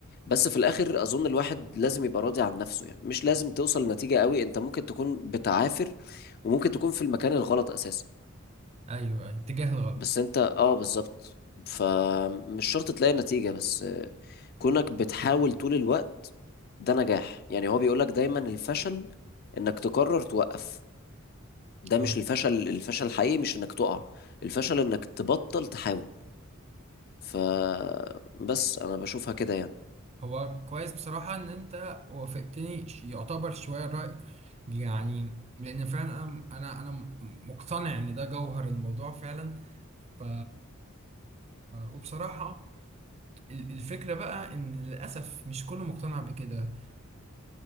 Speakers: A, on the left; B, on the right.
A: بس في الاخر اظن الواحد لازم يبقى راضي عن نفسه يعني مش لازم توصل لنتيجة قوي انت ممكن تكون بتعافر وممكن تكون في المكان الغلط اساسا
B: ايوه أيوه اتجاه الغلط
A: بس انت اه بالظبط فمش شرط تلاقي نتيجة بس آه، كونك بتحاول طول الوقت ده نجاح يعني هو بيقولك دايما الفشل انك تقرر توقف ده مش
B: آه.
A: الفشل الفشل الحقيقي مش انك تقع الفشل انك تبطل تحاول فبس انا بشوفها كده يعني
B: هو كويس بصراحة إن أنت وافقتني ش- يعتبر شوية الرأي يعني لأن فعلا أنا أنا أنا م- مقتنع إن ده جوهر الموضوع فعلا ف <hesitation> وبصراحة ال- الفكرة بقى إن للأسف مش كله مقتنع بكده